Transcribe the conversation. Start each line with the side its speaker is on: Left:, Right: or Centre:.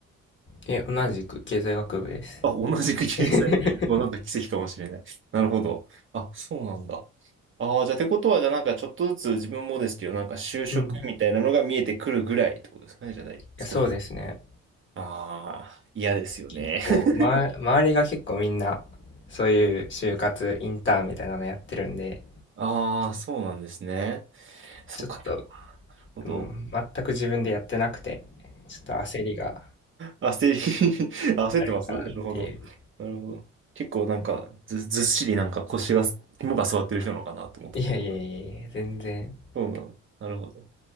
Left: え、同じく経済学部です。
Right: あ、同じく経済。
Left: <laughs>
Right: <laughs> もうなんか奇跡かもしれない。なるほど。あ、そうなんだ。ああ、じゃあ、てことは、じゃあなんかちょっとずつ自分もですけど、なんか就職みたいなのが見えてくるぐらいってことですかね、
Left: うん。
Right: じゃあ、
Left: <laughs> いや、
Right: 少し。
Left: そうですね。
Right: ああ、嫌ですよね。
Left: 結構、
Right: <laughs>
Left: ま、周りが結構みんな、そういう就活、インターンみたいなのやってるんで、
Right: ああ、そうなんですね。そっか、
Left: ちょっと、
Right: そっか。なるほど。
Left: うん、全く自分でやってなくて、ちょっと焦りが
Right: 焦り <laughs> 焦ってますなるほど。
Left: あるかなっていう。
Right: なるほど。結構なんか、ず、ずっしりなんか腰が、肝が座ってる人なのかなと思ったけど。
Left: いやいやいやいや、全然。
Right: そうなの。なるほど。